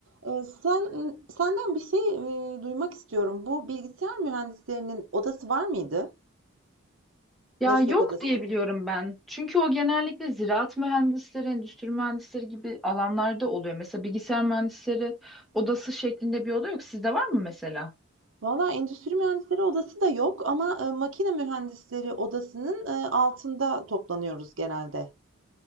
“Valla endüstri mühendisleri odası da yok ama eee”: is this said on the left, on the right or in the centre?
Right